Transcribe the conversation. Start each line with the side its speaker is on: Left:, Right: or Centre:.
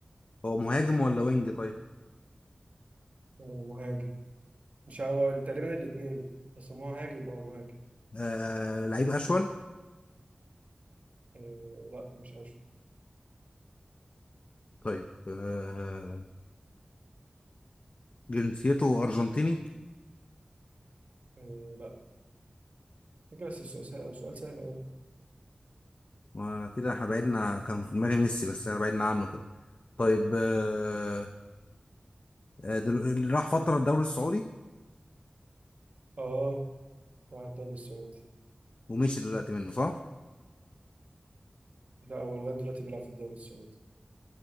Left: هو مهاجم ولا وينج طيب؟
Right: آه، مهاجم مش هو تقريبا الاتنين بس هو مهاجم اه مهاجم
Left: آه لعيب أشول؟
Right: آه لا مش أشو
Left: طيب آه جنسيته أرجنتيني؟
Right: آه لا فكرة بس السؤال سهل, السؤال سهل أوي
Left: ما كده احنا بعدنا عن- كان في دماغي ميسي بس انا بعدنا عنه كده طيب آه، آه، دل... اللي راح فترة الدوري السعودي
Right: اه راح الدوري السعودي
Left: ومشي دلوقتي منه صح؟
Right: لا هو لغاية دلوقتي بيلعب في الدوري السعودي